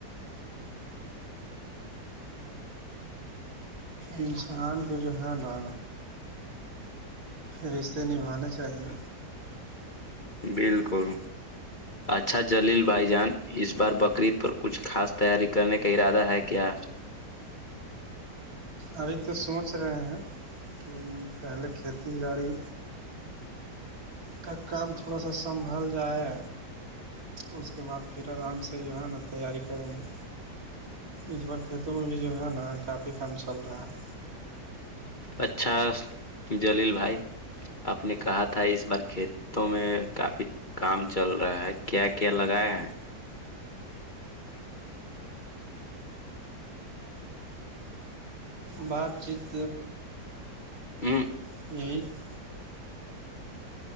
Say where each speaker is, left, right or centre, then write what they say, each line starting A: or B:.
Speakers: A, on the right (about 55°); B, on the left (about 30°).
A: انسان کے جو ہے نا رشتے نبھانے چاہیے
B: بالکل اچھا جلیل بھائی جان اس بار بقرید پر کچھ خاص تیاری کرنے کا ارادہ ہے کیا
A: ابھی تو سوچ رہے ہیں کہ پہلے کھیتی باڑی کا کام تھوڑا سا سنبھال جائے اس کے بعد پھر آرام سے جو ہے نا تیاری کریں گے اس بار کھیتوں میں بھی جو ہے نا کافی کام چل رہا ہے
B: اچھا جلیل بھائی آپ نے کہا تھا اس بار کھیتوں میں کافی کام چل رہا ہے کیا کیا لگائے ہیں
A: بات چیت
B: ا <unintelligible>
A: <unintelligible>